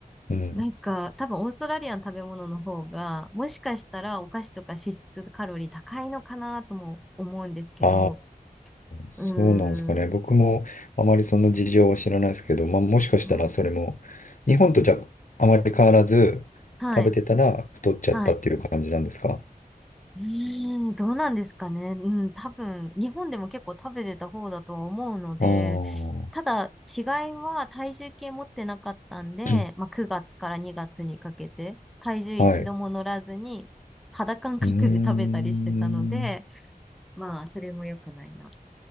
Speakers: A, on the left (about 55°); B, in the centre.
A: うん。
B: なんか多分オーストラリアの食べ物の方がもしかしたらお菓子とか脂質カロリー高いのかなとも思うんですけど
A: ああ、そうなんですかね。
B: うーん、
A: 僕もあまりその事情は知らないですけど、まあもしかしたらそれも、
B: うん
A: 日本とじゃあまり変わらず
B: はい。
A: 食べてたら太っちゃったっていう感じなんですか
B: はい。うーん、どうなんですかね。うん、多分、日本でも結構食べてた方だとは思うので、
A: ああー、
B: ただ、違いは体重計持ってなかったんで、
A: <coughs>
B: まあ、9月から2月にかけて、体重一度も乗らずに、
A: <clears throat> はい。う
B: 肌感覚で食べたりしてたので、
A: ーん。
B: まあ、それも良くないな、